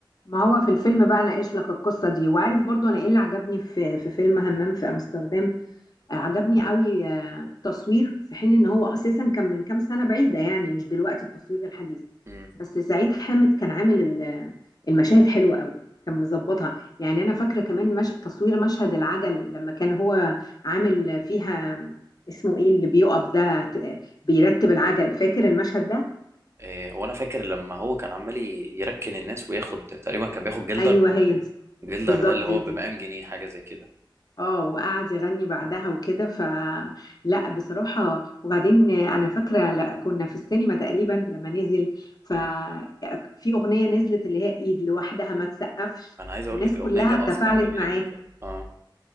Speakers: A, on the left; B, on the right.
A: ما هو في الفيلم بقى ناقش لك القصه دي وعارف برضو انا ايه اللي عجبني في في فيلم همام في امستردام آه، عجبني قوي آه، التصوير في حين ان هو اساسا كان من كام سنه بعيده يعني مش دلوقتي التصوير الحديث
B: إمم.
A: بس سعيد حامد كان عامل ال- المشاهد حلوه قوي كان مظبطها يعني انا فاكره كمان مش... تصوير مشهد العجل لما كان هو عامل فيها اسمه ايه اللي بيقف ده ت- بيرتب العجل فاكر المشهد ده
B: إيه، هو انا فاكر لما هو كان عمال ي- يركن الناس وياخد تقريبا كان بياخد جلدر
A: ايوه هي
B: جلدر
A: بالظبط
B: ده اللي هو
A: دي
B: بمقام جنيه حاجه زي كده
A: اه وقعد يغني بعدها وكده فلا بصراحة وبعدين انا فاكرة لا كنا في السينما تقريبا لما نزل ففي
B: مم.
A: اغنية نزلت اللي هي ايد لوحدها ما تسقفش
B: انا عايز اقول
A: الناس
B: لك الاغنيه
A: كلها
B: دي اصلا
A: تفاعلت
B: جميله
A: معاها
B: جدا اه